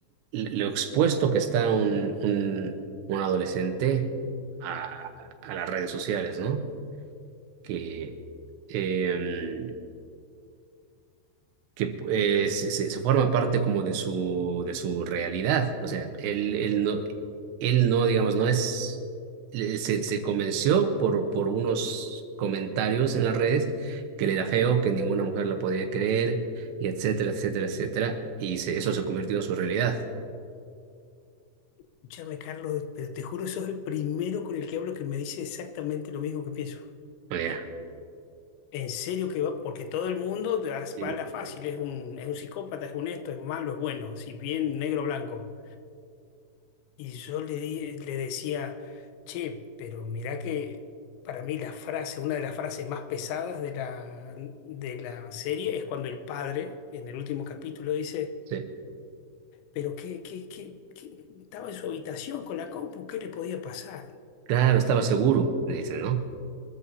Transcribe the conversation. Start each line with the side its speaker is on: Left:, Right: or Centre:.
Right: el- lo expuesto que está un, un, un adolescente a, a las redes sociales, ¿no? Que, em, que eh, se, se- se forma parte como de su, de su realidad. O sea, él, él no, él no, digamos, no es, le- se, se convenció por, por unos comentarios en las redes que él era feo, que ninguna mujer lo podía querer, y etcétera, etcétera, etcétera. Y se- eso se convirtió en su realidad.
Left: Escúchame, Carlos, pero te juro, sos el primero con el que hablo que me dice exactamente lo mismo que pienso.
Right: O sea,
Left: En serio que va, porque todo el mundo das-
Right: Sí.
Left: va a la fácil, es un, es un psicópata, es un esto, es malo, es bueno, si bien negro o blanco. Y yo le, di- le decía, che, pero mirá que para mí la frase, una de las frases más pesadas de la, de la serie es cuando el padre, en el último capítulo, dice,
Right: Sí.
Left: pero qué, qué, qué, qué- estaba en su habitación con la compu, ¿qué le podía pasar?
Right: Claro, estaba seguro, le dicen, ¿no?